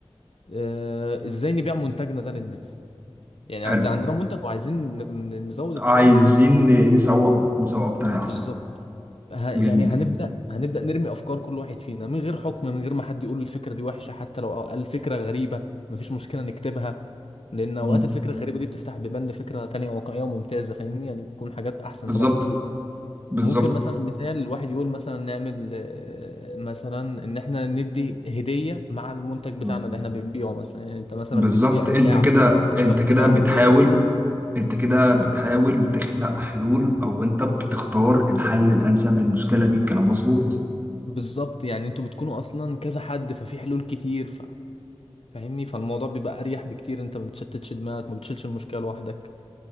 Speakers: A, on the left; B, on the right.
A: آه، إزاي نبيع منتجنا ده للناس يعني
B: حلو
A: عند عندنا منتج وعايزين ن- نزود التفاعل
B: عايزين
A: للناس
B: نسوقه نسوقه بطريقة احسن
A: بالظبط ه... يعني
B: جميل
A: هنبدأ هنبدأ نرمي أفكار كل واحد فينا من غير حكم من غير ما حد يقول الفكرة دي وحشة حتى لو قال فكرة غريبة مفيش مشكلة نكتبها لأن أوقات
B: مم.
A: الفكرة الغريبة دي بتفتح بيبان لفكرة تانية واقعية وممتازة فاهمني يعني بتكون حاجات أحسن
B: بالظبط
A: طبعا بكتير
B: بالظبط
A: ممكن مثلا مثال واحد يقول مثلا نعمل آه، مثلا إن إحنا ندي هدية مع المنتج
B: مم.
A: بتاعنا اللي إحنا بنبيعه مثلا يعني أنت مثلا
B: بالظبط
A: بتبيع
B: انت
A: ساعة
B: كده
A: فتحط
B: انت كده
A: معاها
B: بتحاول
A: هدية
B: انت كده بتحاول تخلق حلول او انت بتختار الحل الانسب للمشكله دي الكلام مظبوط
A: بالظبط يعني انتوا بتكونوا اصلا كذا حد ففي حلول كتير ف... فاهمني فالموضوع بيبقى اريح بكتير انت ما بتشتتش دماغك ما بتشيلش المشكله لوحدك